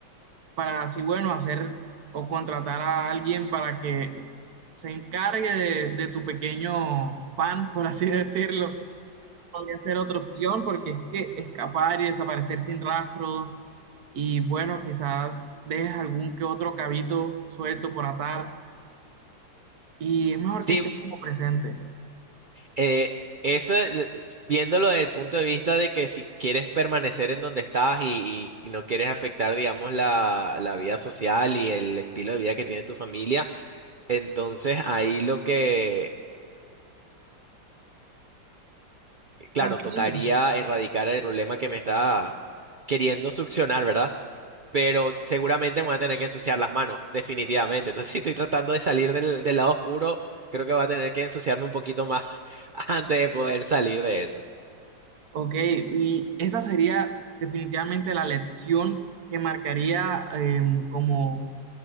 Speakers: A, on the right; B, on the right.
A: para así, bueno, hacer o contratar a alguien para que se encargue de, de tu pequeño fan, por así <laughs> decirlo podría ser otra opción porque es que escapar y desaparecer sin rastro y bueno, quizás dejes algún que otro cabito suelto por atar y es mejor
B: Sí,
A: que estés como presente.
B: eh, eso eh, viéndolo desde el punto de vista de que si quieres permanecer en donde estás y, y- y no quieres afectar, digamos, la, la vida social y el estilo de vida que tiene tu familia, entonces ahí lo que,
A: O
B: claro,
A: sea, sí.
B: tocaría erradicar el problema que me está queriendo succionar, ¿verdad? pero seguramente me voy a tener que ensuciar las manos, definitivamente. Entonces, <laughs> si estoy tratando de salir del, del lado oscuro, creo que voy a tener que ensuciarme un poquito más <laughs> antes de poder salir de eso.
A: Ok, y esa sería definitivamente la lección que marcaría em, como